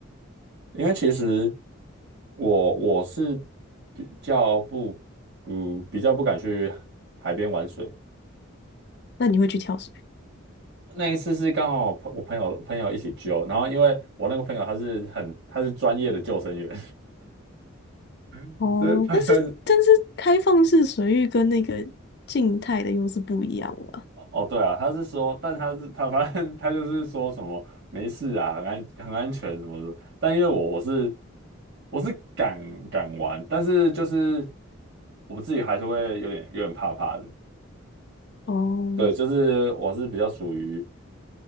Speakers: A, on the right; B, on the left.
A: 因为其实我我是比较不不比较不敢去海边玩水。
B: 那你会去跳水？
A: 那一次是刚好朋我朋友朋友一起救，然后因为我那个朋友他是很他是专业的救生员，<laughs>
B: 哦，
A: 所以他就
B: 但是但是开放式水域跟那个静态的又是不一样了
A: 哦，对啊，他是说，但他是他反正他就是说什么没事啊，很安很安全什么什么。但因为我我是我是敢敢玩，但是就是我自己还是会有点有点怕怕的。
B: 哦，
A: 对，就是我是比较属于